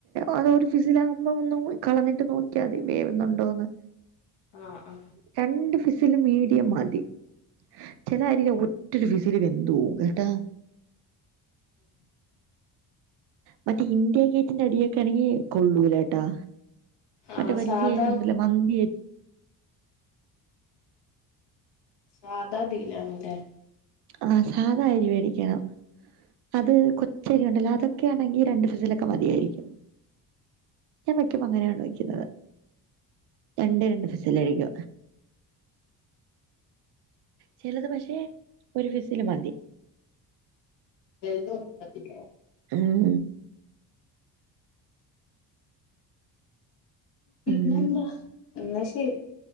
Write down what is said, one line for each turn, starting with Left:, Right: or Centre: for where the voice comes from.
Right: അതോ ഒരു ഫിസിലാകുമ്പോ ഒന്നും കളഞ്ഞിട്ട് നോക്കിയാതി വേവുന്നുണ്ടോന്ന്
Left: ആ ആ
Right: രണ്ട് ഫിസില് മീഡിയം മതി ചെല അരി ഒറ്റൊരു വിസിൽ വെന്ത്‌ പോവും കേട്ടാ
Left: <inaudible>
Right: മറ്റേ ഇന്ത്യ ഗേറ്റിന്റെ അരിയൊക്കെ ആണെങ്കിൽ കൊള്ളൂലേട്ടാ
Left: ആഹ്
Right: മറ്റേ വലിയ
Left: സാധാ
Right: എന്തല്ല മന്തി
Left: സാധാതിലാണ്ല്ല
Right: ആ സാധാ അരി വെടിക്കണം അത് കൊച്ചരി ഉണ്ടല്ലോ അതൊക്കൊണെങ്കിൽ രണ്ടു ഫിസിലൊക്കെ മതിയായിരിക്കും ഞാൻ മറ്റേ വെക്കുന്നത് രണ്ടെരണ്ട് ഫിസൽഅടിക്ക ചിലത് പക്ഷെ ഒരു വിസില് മതി
Left: ചെലത് ഒറങ്ങാതില്ലേ
Right: ആഹ്
Left: പിന്നെ
Right: ഉം
Left: എന്താ എന്നാ ശരി